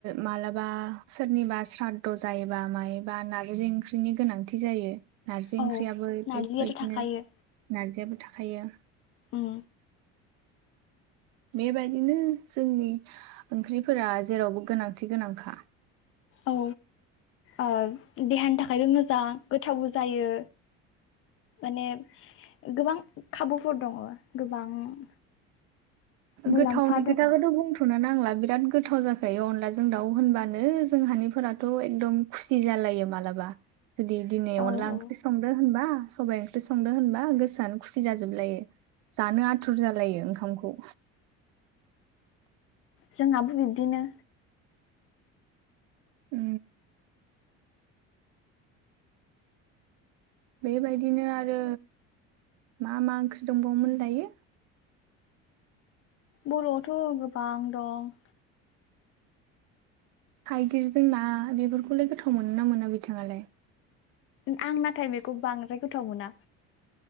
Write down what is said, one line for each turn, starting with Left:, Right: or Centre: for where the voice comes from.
Right: मालाबा सोरनिबा स्रादद' जायोबा मायोबा नारजि ओंख्रिनि गोनांथि जायो। नारजि
Left: औ
Right: ओंख्रियाबो
Left: नारजियाथ'
Right: बेबायदिनो
Left: थाखायो
Right: नारजियाबो थाखायो।
Left: उम
Right: बेबायदिनो जोंनि ओंख्रिफोरा जेरावबो गोनांथि गोनांखा।
Left: औ ओ देहानि थाखायबो मोजां गोथावबो जायो माने गोबां खाबुफोर दङ गोबां- मुलाम्फा
Right: गोथावनि खोथाखौथ'
Left: दङ
Right: बुंथ'नो नां नांला बिराद गोथाव जाखायो। अनलाजों दाउ होनबानो जोंहानिफोराथ' एकदम खुसि जालायो मालाबा। जुदि दिनै
Left: औ
Right: अनला
Left: औ
Right: ओंख्रि संदो‌ होनबा, सबाइ ओंख्रि संदों होनबा गोसोआनो खुसि जाजोबलायो जानो आथुर जालायो ओंखामखौ।
Left: जोंहाबो बिब्दिनो।
Right: उ बेबायदिनो आरो मा मा ओंख्रि दंबावोमोन लायो?
Left: बर'आवथ' गोबां दं।
Right: थाइगिरजों ना बेफोरखौलाय गोथाव मोनोना मोनो बिथाङालाय?
Left: आं नाथाय बेखौ बांद्राय गोथाव मोना।